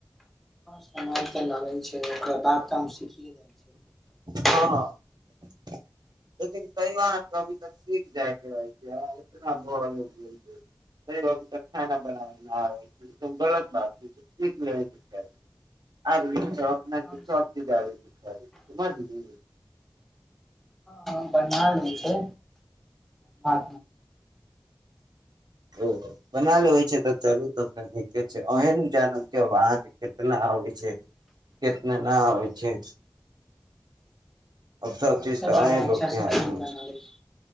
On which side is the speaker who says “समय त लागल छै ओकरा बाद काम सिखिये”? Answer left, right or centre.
Centre